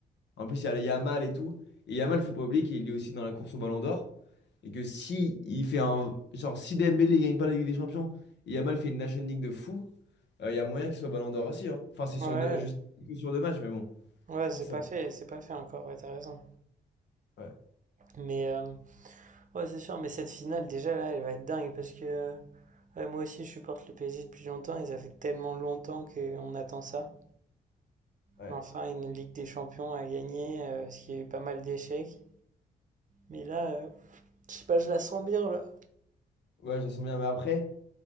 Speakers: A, on the left (about 65°); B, on the right (about 40°).
A: en plus, il y a Yamal et tout. Et Yamal, faut pas oublier qu'il est aussi dans la course au Ballon d'Or. Et que si il fait un. Genre, si Dembélé gagne pas la Ligue des Champions et Yamal fait une National League de fou, euh, il y a moyen qu'il soit Ballon d'Or aussi. hein. Enfin, c'est
B: ouais,
A: sur deux, je sais que c'est sur deux matchs, mais bon.
B: ouais,
A: Je pense
B: c'est
A: que ça
B: pas
A: peut.
B: fait, c'est pas fait encore. Ouais, t'as raison.
A: Ouais,
B: Mais euh, ouais, c'est sûr. Mais cette finale, déjà là, elle va être dingue parce que euh, ouais, moi aussi, je supporte le PSG depuis longtemps. Et ça fait tellement longtemps qu'on attend ça.
A: ouais.
B: Enfin, une Ligue des Champions à gagner, euh, parce qu'il y a eu pas mal d'échecs. Mais là, euh, je sais pas, je la sens bien là.
A: Ouais, je le sens bien. Mais après,